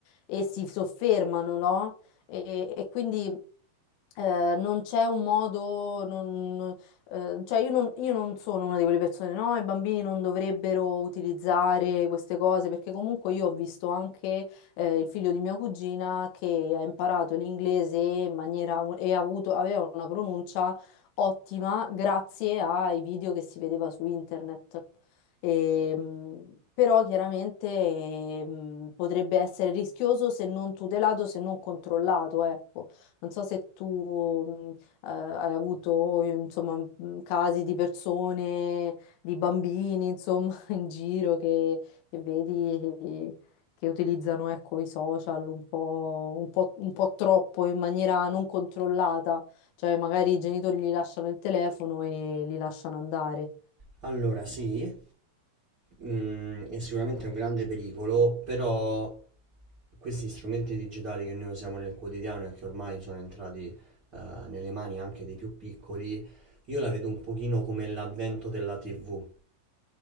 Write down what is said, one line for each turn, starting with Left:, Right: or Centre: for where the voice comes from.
Left: e si soffermano, no? E, e quindi eh, non c'è un modo, non- non- eh, cioè io non, io non sono una di quelle persone, no, i bambini non dovrebbero utilizzare queste cose perché comunque io ho visto anche eh, il figlio di mia cugina che ha imparato l'inglese in maniera e ha avuto, aveva una pronuncia ottima grazie ai video che si vedeva su internet. E, mh, però chiaramente eh, mh, potrebbe essere rischioso se non tutelato, se non controllato, ecco. Non so se tu mh, eh, hai avuto, eh, insomma, mh, casi di persone, di bambini, insomma, <laughs> in giro che, che vedi eh, che utilizzano, ecco, i social un po', un po', un po' troppo in maniera non controllata, cioè magari i genitori gli lasciano il telefono e li lasciano andare.
Right: Allora, sì, mm, è sicuramente un grande pericolo, però questi strumenti digitali che noi usiamo nel quotidiano e che ormai sono entrati, eh, nelle mani anche dei più piccoli, io la vedo un pochino come l'avvento della TV.